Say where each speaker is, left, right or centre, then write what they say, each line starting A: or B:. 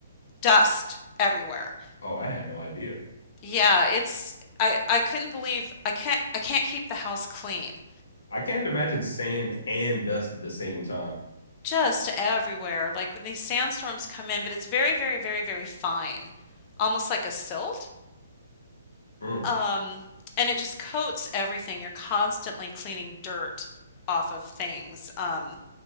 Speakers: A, on the left; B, on the left.
A: dust everywhere.
B: oh, I had no idea.
A: Yeah, it's I I couldn't believe I can't I can't keep the house clean.
B: I can't imagine sand and dust at the same time.
A: Just everywhere. Like when these sandstorms come in, but it's very, very, very, very fine. Almost like a silt.
B: Mm.
A: Um, and it just coats everything. You're constantly cleaning dirt off of things. Um,